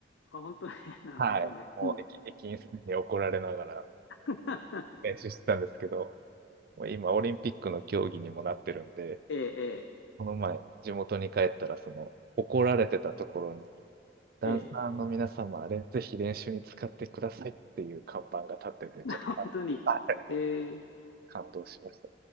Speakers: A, on the left; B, on the right.
A: あ、本当に、<laughs> なるほどね。
B: はい。もう駅、
A: うん。
B: 駅員さんに怒られながら
A: <laughs>
B: 練習してたんですけど、もう今オリンピックの競技にもなってるんで、
A: ええ、
B: この前地元に帰ったら、その、怒られてたところにダンサーの皆様、
A: ええ、ええ。
B: あれ、ぜひ練習に使ってくださいっていう看板が立ってて、
A: <laughs>
B: ちょっと
A: 本当に。
B: あ
A: ええ、
B: 感動しました。